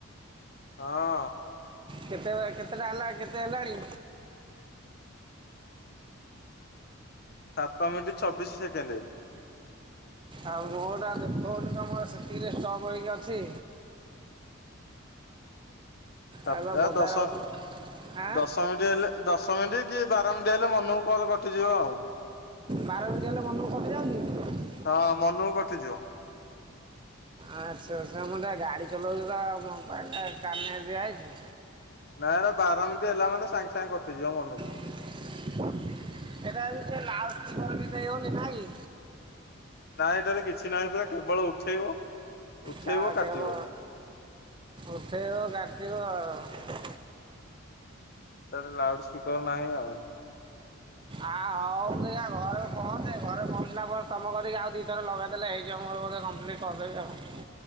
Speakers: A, on the left; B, on the right.
A: ହଁ।
B: କେତେ କେତେଟା ହେଲା କେତେ ହେଲାଣି?
A: ସାତ ମିନିଟ୍ ଛବିଶ ସେକେଣ୍ଡ।
B: ଆଉ ମୋଟା ଦେଖଉନି ତ ସେତିକିରେ ଷ୍ଟପ୍ ହୋଇକି ଅଛି।
A: ତା
B: ଆଉ ବା ବଜାର
A: ଦଶ
B: ଉପରୁ ଆଁ
A: ଦଶ ମିନିଟ ଯେହେଲେ ଦଶ ମିନିଟ୍ କି ବାର ମିନିଟ୍ ହେଲେ ମନକୁ କଲ୍ କଟିଯିବ ଆଉ।
B: ବାର ମିନିଟ ହେଲେ ମନକୁ କଟିଯାଉଛି?
A: ହଁ ମନୁକୁ କଟିଯିବ।
B: ଆଛା ଆଛା ସେ ମୁଁ ଗାଡ଼ି ଚଲାଉଛି ତ ମୋବାଇଲ ଟା କାନରେ ଦିଆ ହେଇଛି।
A: ନାଇଁ ରେ ବାର ମିନୀଟ ହେଲା ମାନେ ସାଙ୍ଗେ ସାଙ୍ଗେ କଟିଯିବ ମନକୁ।
B: <inaudible> ସେଟ ସେ ଲାାଉ ସ୍ର ଘରକୁ ବି ଦେଇ ହଉନି ଭାଇ।
A: ନାଇ ଏଠାରେ କିଛି ନାହିଁ ବା କେବଳ ଉଠେଇବ। ଉଠେଇବ
B: ତାହାଖବ
A: କାଟିବ
B: ଉଠେଇବ ଗାଟିବ ଆଉ।
A: ତାଧିରେ ଲାଉଡ ସ୍ପିକର ନାହିଁ ଆଉ।
B: ଆ ହଉ ତାହାଲେ ଘରେ ପହଞ୍ଚେ ଘରେ ପହଞ୍ଚିଲା ପରେ ତମ କରିକି ଆଉ ଦିଥର ଲଗେଇ ଦେଲେ ହେଇଯିବ ମୋର ବୋଧେ କମ୍ପ୍ଲିଟ। <inaudible>